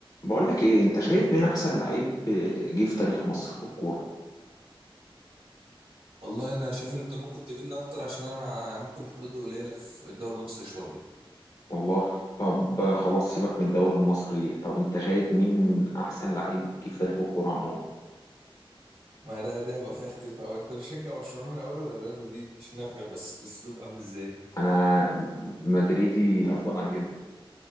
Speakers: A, on the left (about 45°); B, on the right (about 80°).
A: بقول لك ايه انت شايف مين احسن لعيب جه في تاريخ مصر في الكوره
B: والله انا شايف ان انت ممكن تفيدنا اكتر عشان انا ممكن الحدود قليله في الدوري المصري شويه
A: والله طب خلاص سيبك من الدوري المصري طب انت شايف مين احسن لعيب جه في تاريخ الكوره عموما
B: ما ده ده هيبقى فيها اختلاف قوي انت بتشجع برشلونه الاول ولا ريال مدريد عشان نفهم بس الاسلوب عامل ازاي
A: انا م- مدريدي افضل عن جدا